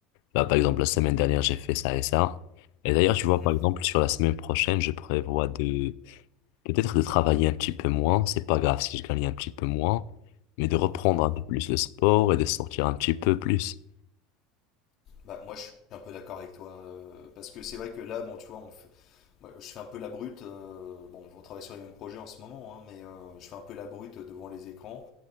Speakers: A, on the left (about 70°); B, on the left (about 40°).
A: là, par exemple, la semaine dernière, j'ai fait ça et ça. Et d'ailleurs, tu vois,
B: mhm,
A: par exemple, sur la semaine prochaine, je prévois de Peut-être de travailler un petit peu moins, c'est pas grave si je gagne un petit peu moins, mais de reprendre
B: mhm.
A: un peu plus le sport et de sortir un petit peu plus.
B: Bah, moi, je suis un peu d'accord avec toi. euh, parce que c'est vrai que là, bon, tu vois, on fait- moi, je fais un peu la brute. euh, bon, on travaille sur les mêmes projets en ce moment, hein, mais euh, je fais un peu la brute devant les écrans.